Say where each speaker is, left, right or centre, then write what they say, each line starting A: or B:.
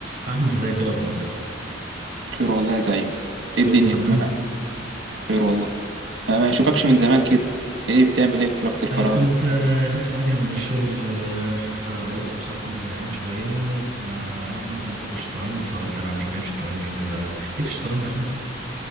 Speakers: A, on the right (about 45°); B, on the right (about 75°).
A: أحمد ازيك إيه الأخبار؟
B: خير والله يا زعيم
A: كله
B: ايه الدنيا
A: تمام؟
B: ما- خير والله ما ما اشوفكش من زمان كده ايه بتعمل ايه في وقت الفراغ
A: آه كنت
B: ده
A: آه لسه راجع من الشغل آه فقلت بصراحة كنت زهقان شوية فأنا عامة بحب الشطرنج فقلت ألعب لي جيمين شطرنج كده ليك في الشطرنج يا أحمد؟